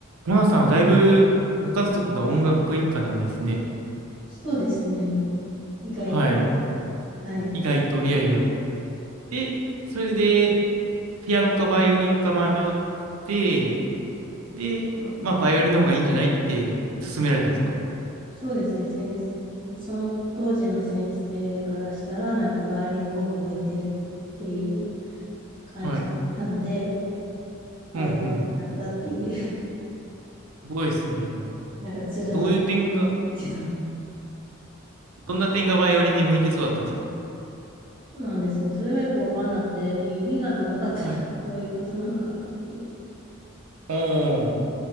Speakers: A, on the right; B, on the right.
A: モナさんはだいぶご家族が音楽一家なんですね。
B: そうですね。意外と。
A: はい。
B: はい。
A: 意外と、いやいや。で、それで、ピアノかバイオリンか迷って、で、ま、まあ、バイオリンの方がいいんじゃないって勧められたんですか
B: そうですね。先生、その当時の先生からしたら、なんかバイオリンの方が向いてるっていう感じなんで、
A: はい。
B: バイオリンになったっていう、
A: うんうん。すごいですね。
B: <laughs> なんか鶴の
A: どういう点が、
B: 人
A: どんな点がバイオリンに向いてそうだったんですか
B: なんですね。それがよくわかんなくて、指が長かったとそういうことなのかなっていう。
A: はい。おー。